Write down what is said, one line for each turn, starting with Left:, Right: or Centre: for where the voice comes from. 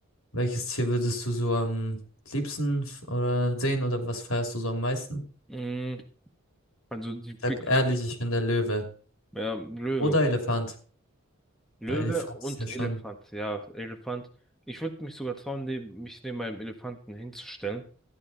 Left: Welches Tier würdest du so am liebsten f- oder sehen oder was feierst du so am meisten?
Centre: Mm, Also die Big
Left: Sag ehrlich,
Centre: Five,
Left: ich bin der Löwe.
Centre: ja, Löwe.
Left: Oder Elefant.
Centre: Löwe
Left: Weil Elefant
Centre: und
Left: ist ja
Centre: Elefant,
Left: schon.
Centre: ja, Elefant. Ich würde mich sogar trauen, neben, mich neben meinem Elefanten hinzustellen.